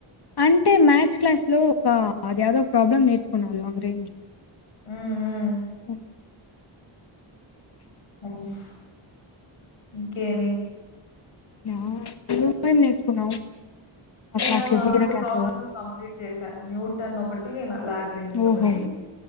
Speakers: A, on the left; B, on the left.
A: అంటే మ్యాథ్స్ క్లాస్ లో ఒక అది ఏదో ఒక ప్రాబ్లం నేర్చుకున్నా ఒక లాగ్రేంజ్
B: హ్మ్. హ్మ్.
A: ఉమ్
B: స్ ఇంకేమి
A: యా నువ్వు ఏమి నేర్చుకున్నావు ఆ
B: నేనా
A: క్లాస్ లో జిగిన
B: రెండు
A: క్లాస్
B: ప్రాబ్లమ్స్
A: లో
B: కంప్లీట్ చేసా న్యూటన్ ఒకటి నా లాగ్రేంజెస్
A: ఓహో
B: ఒకటి